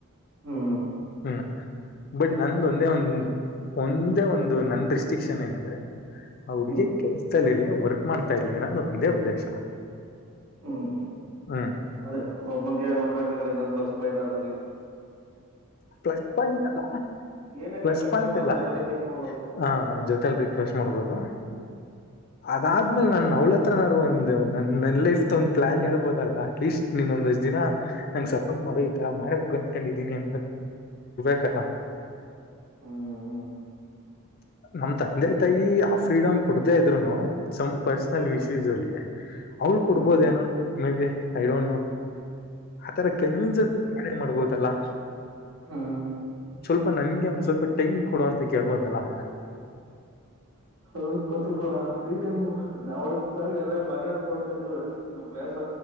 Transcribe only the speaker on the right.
ಹ್ಮ್
ಹ್ಮ್
ಹ್ಮ್
ಅದ ಒಬ್ಬನ್ ಕ ನೋಡ್ಕೊಕ್ ಆಗಲ್ಲ ಇನ್ನೊಂದು ಪ್ಲಸ್ ಪಾಯಿಂಟ್ ಅದರಲ್ಲಿ
ಏನೇ
ಕಷ್ಟ
ಸುಖ ಬಂದು
ಜೊತೆಲಿ ಫೇಸ್ ಮಾಡ್ಬೋದು
ಹ್ಮ ಹ್ಮ
ಹ್ಮ್
ಹ್ಮ್
ಹ್ಮ
ಒ ಸ್ವಲ್ಪ ಫ್ರೀಡಮ್ ನಾವಳಲ್ಲ ಮನ ನೋಡ್ಕಂದ್ರ ನಮ್ ಬ್ಯಸ